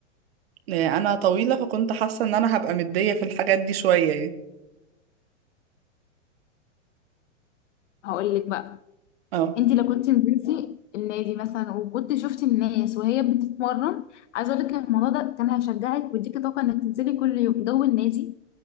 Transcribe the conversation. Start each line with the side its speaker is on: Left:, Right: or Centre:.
Right: يعني انا طويلة فكنت حاسة ان انا هبقى مدية في الحاجات دي شوية يعني
Left: هقولك بقى
Right: اه
Left: انتي لو كنت نزلتي النادي مثلا وكنت شفتي الناس وهي بتتمرن عايزة اقولك ان الموضوع ده كان هيشجعك ويديكي طاقة انك تنزلي كل يوم جو النادي